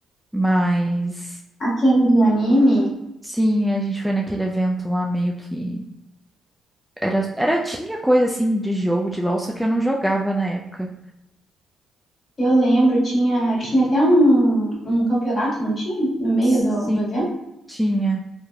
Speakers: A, in the centre; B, on the left.
A: mas
B: Aquele de anime.
A: sim, a gente foi naquele evento lá meio que era, era tinha coisa assim de jogo de LoL, só que eu não jogava na época.
B: Eu lembro, tinha, tinha até um, um campeonato, não tinha? No meio
A: Sim,
B: do, do evento?
A: tinha.